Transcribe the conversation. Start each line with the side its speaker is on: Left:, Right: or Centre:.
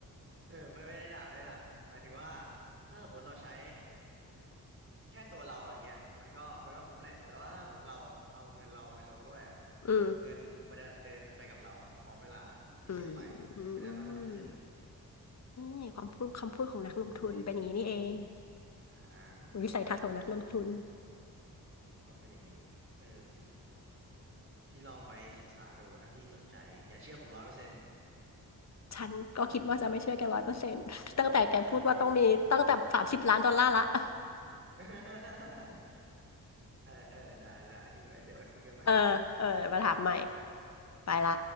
Right: เออไม่ไม่ได้ด่าไม่ได้ด่าหมายถึงว่าถ้าสมมติเราใช้ แค่ตัวเราอะอย่างเงี้ยมันก็มันก็คุ้มแหละแต่ว่าถ้าหมดเราเอาเงินเราไปลงด้วยอะ
Left: <laughs> อืม
Right: เงินมันจะเดินไปกับเราพร้อมเวลาที่เสียไป
Left: อืมอื
Right: มันจะค่อยๆขึ้น
Left: มนี่ความพูดคำพูดของนักลงทุนเป็นอย่างนี้นี่เอง
Right: อ่
Left: วิสัยทัศน์ของนักลงทุน
Right: าต้องเป็นอย่างนี้เออพี่พี่ลองไปศึกษาดูถ้าพี่สนใจอย่าเชื่อผมร้อยเปอร์เซ็นต์
Left: ฉันก็คิดว่าจะไม่เชื่อแกร้อยเปอร์เซ็นต์ <laughs> ตั้งแต่แกพูดว่าต้องมีตั้งแต่สามสิบล้านดอลลาร์ละ
Right: เออมันมีคน
Left: <laughs>
Right: <laughs> เออเออได้ได้พี่ไว้เดี๋ยวไว้คุยกันใหม่
Left: เออเออมาถามใหม่ไปละ